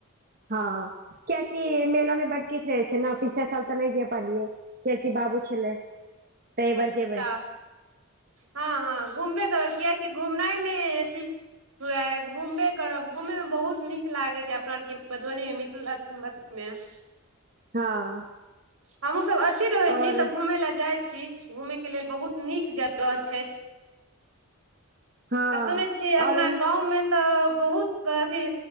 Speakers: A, on the right; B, on the right.
A: हँ कियकि मेला मे बड़ किछु रहे छै ने पिछलाे साल तऽ नहि जा पलियै कियकि बाबू छलै। तऽ एहि
B: अच्छा,
A: बार जेबै
B: हँ, हँ घूमबे कर घुमनाइ मे अथि हुए घूमबे करब घूमे मे बहुत निक लागे छै, अपना आर के मधुबनी मे मिथिला अछी अथि मे <inaudible>
A: हँ।
B: हमहूँ सभ अथि रहै
A: आओर
B: छी तऽ घूमे लए जाइत छी छी घूमेय के लेलऽ बहुत निक जगह छै
A: हँ
B: आ सुनैत छीयै अपना
A: आओर
B: गाव मे तऽ बहुत अथि